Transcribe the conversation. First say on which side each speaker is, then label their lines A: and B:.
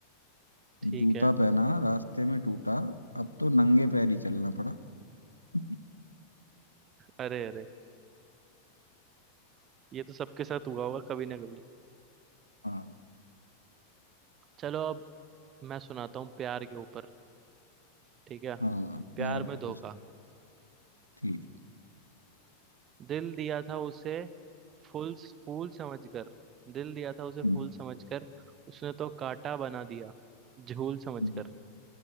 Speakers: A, on the right; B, on the right.
A: ठीक
B: जूता
A: है
B: पहना रास्ते में टूटा अब तो नंगे पैर ही चलना पड़ा <laughs>
A: अरे अरे ये तो सबके साथ हुआ होगा कभी ना कभी
B: हाँ
A: चलो अब मैं सुनाता हूँ प्यार के ऊपर ठीक है
B: हाँ
A: प्यार
B: प्यार को
A: में
B: कुछ
A: धोखा
B: ठीक
A: दिल दिया था उसे फूल फूल समझकर दिल दिया था उसे
B: हम्म,
A: फूल समझकर उसने तो कांटा बना दिया झूल समझकर
B: हम्म।